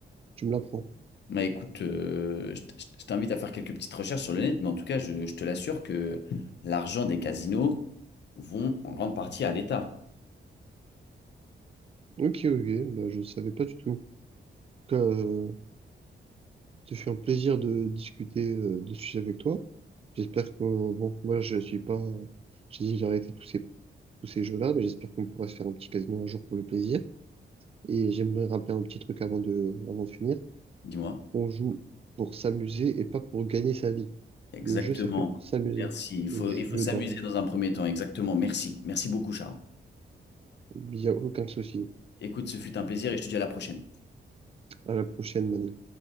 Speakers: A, on the right (about 30°); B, on the left (about 65°).
A: Tu me l'apprends.
B: Bah, écoute, euh, je t- je t- je t'invite à faire quelques petites recherches sur le net, mais en tout cas, je, je te l'assure que l'argent des casinos vont en grande partie à l'État.
A: Ok, ok, bah, je savais pas du tout. En tout cas, euh, ce fut un plaisir de discuter euh, de ce sujet avec toi. J'espère que, bon, moi, je suis pas... J'ai dit, j'ai arrêté tous ces tous ces jeux-là. Mais j'espère qu'on pourra se faire un petit casino un jour pour le plaisir. Et j'aimerais rappeler un petit truc avant de, avant de finir.
B: Dis-moi.
A: On joue pour s'amuser et pas pour gagner sa vie.
B: Exactement.
A: Le jeu, c'est fait pour s'amuser.
B: Merci. Il faut,
A: Le jeu
B: il faut s'amuser
A: d'argent.
B: dans un premier temps. Exactement. Merci. Merci beaucoup, Charles.
A: Il n'y a aucun souci.
B: Écoute, ce fut un plaisir et je te dis à la prochaine.
A: À la prochaine, Manu.